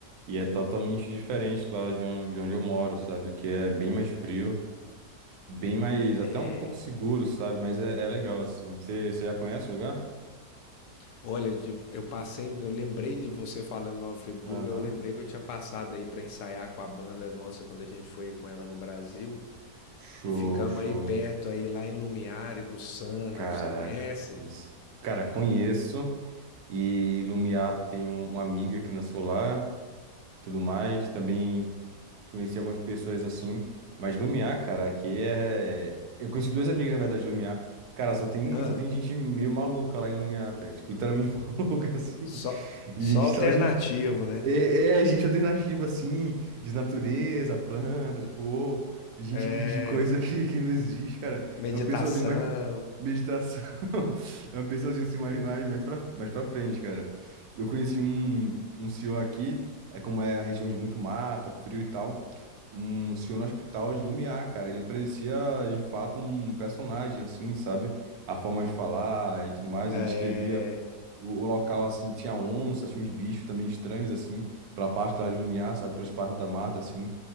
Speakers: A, on the right; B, on the left.
A: E é totalmente diferente lá de on- de onde eu moro, sabe? Aqui é bem mais frio, bem mais, até
B: É.
A: um pouco seguro, sabe? Mas é, é legal, assim. Você já conhece o lugar?
B: Olha, de- eu passei, eu lembrei de você falando Nova Friburgo,
A: Aham.
B: eu lembrei que eu tinha passado aí pra ensaiar com a banda nossa quando a gente foi com ela no Brasil
A: Show,
B: e ficamos
A: show.
B: aí perto aí lá em Lumiar e no Sana,
A: Caraca.
B: você conhece?
A: Nossa. Cara, conheço. E Lumiar tem um- uma amiga que nasceu lá, tudo mais. Também. Conheci algumas pessoas assim, mas Lumiar, cara, aqui é. Eu conheci duas amigas, na verdade, de Lumiar. Cara, só tem,
B: Ah,
A: só tem gente meio maluca lá em Lumiar, tá? Tipo, literalmente <laughs> maluca, assim.
B: só
A: E
B: só
A: gente,
B: alternativo,
A: só gente.
B: né?
A: É, é, gente alternativa, assim, de natureza, planta, tipo, ou gente
B: É.
A: que ri de coisa que, que não existe, cara.
B: meditação.
A: É um pessoalzinho mais. Meditação. <laughs> É um pessoalzinho assim, mais, mais, mais, pra, mais pra frente, cara. Eu conheci um, um senhor aqui, é como é a região de muito mata, frio e tal um senhor no hospital de Lumiar, cara. Ele parecia de fato um personagem, assim, sabe? A forma de falar e tudo mais.
B: É,
A: Ele descrevia o, o local, assim, tinha onça, tinha uns bichos também estranhos, assim, pela parte lá de Lumiar, sabe? Pelas partes da mata, assim.